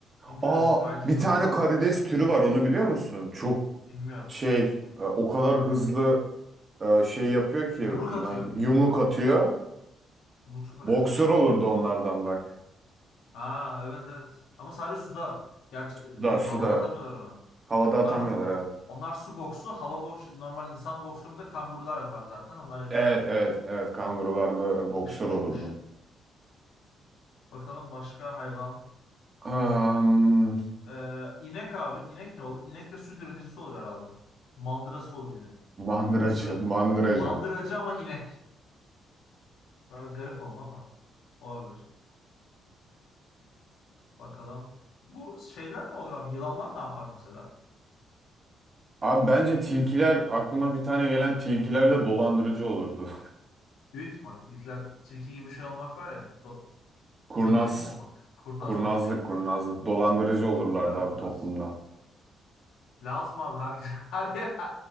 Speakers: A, on the left; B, on the right.
A: Bilmiyorum
B: Aa
A: itfaiyeci
B: bir
A: zor.
B: tane karides türü var onu biliyor musun? Çok
A: Bilmiyorum.
B: şey e, o kadar hızlı e, şey yapıyor ki
A: Yumruk
B: na-
A: atıyor.
B: yumruk atıyor.
A: Yumruk süper
B: Boksör
A: atletler.
B: olurdu onlardan bak.
A: Ha evet evet. Ama sadece suda. Gerçi e,
B: Suda
A: ha-
B: suda
A: havada atamıyorlar onu.
B: havada
A: Onlar
B: atamıyorlar
A: ha-
B: evet.
A: onlar su boksu, hava boksu, normal insan boksunu da kangurular yapar zaten. Onlar yapıyor.
B: Evet evet evet kangurularda boksör
A: Pış pış
B: olurdu.
A: pış. Bakalım başka hayvan.
B: Am,
A: Ee, inek abi. İnek ne olur? İnek de süt üreticisi olur herhalde. Mandırası olur yine.
B: mandıracı
A: Bir sürü
B: <laughs> mandıracı.
A: mandıracı ama inek. Biraz garip oldu ama olabilir. Bakalım. Bu şeyler ne olur abi? Yılanlar ne yapar mesela?
B: Abi bence tilkiler aklıma bir tane gelen tilkiler de dolandırıcı olurdu.
A: Büyük ihtimal. Tilkiler, tilki gibi şey olmak var ya. Do-
B: <laughs> Kurnaz
A: Zeki mi olmak? Kurnaz
B: kurnazlık
A: olmak evet.
B: kurnazlık dolandırıcı olurlardı
A: Tilkiler
B: abi
A: kurnaz.
B: toplumda.
A: Lazım abi her <laughs> her